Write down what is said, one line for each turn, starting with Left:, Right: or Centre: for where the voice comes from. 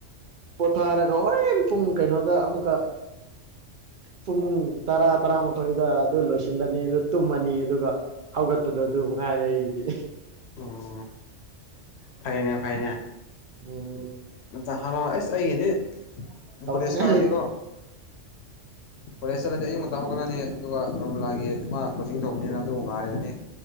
Right: ꯄꯣꯊꯥꯔꯒ ꯍꯣꯔꯦꯟ ꯄꯨꯡ ꯀꯩꯅꯣꯗ ꯑꯃꯨꯛꯀ ꯄꯨꯡ ꯇꯔꯥ ꯇꯔꯥꯃꯥꯊꯣꯏꯗ ꯑꯗꯨ ꯂꯣꯏꯁꯤꯜꯂꯅꯤ ꯑꯗꯨ ꯇꯨꯝꯃꯅꯤ ꯑꯗꯨꯒ ꯍꯧꯒꯠꯄꯗꯣ ꯑꯗꯨ ꯉꯥꯏꯔꯦ ꯑꯩꯒꯤꯗꯤ
Left: ꯑꯣ ꯐꯩꯅꯦ ꯐꯅꯦ
Right: ꯑꯣ
Left: ꯅ ꯍꯥꯟꯂꯋꯥ ꯑꯩꯁ ꯑꯩꯒꯤꯗꯤ
Right: ꯇꯧꯅꯤꯡꯉꯥꯏ
Left: ꯀꯣꯂꯦꯖ ꯀꯥꯔꯗꯤꯀꯣ
Right: ꯂꯩ
Left: ꯀꯣꯂꯦꯖꯇꯠꯂꯗꯤ ꯑꯌꯨ ꯉꯛꯇ ꯍꯧꯒꯠꯂꯅꯤ ꯑꯗꯨꯒ ꯔꯣꯝꯂꯥꯒꯤ ꯃꯥ ꯄꯣꯠꯆꯤꯡ ꯊꯧꯕꯅꯤꯅ ꯑꯗꯨ ꯉꯥꯏꯔꯅꯤ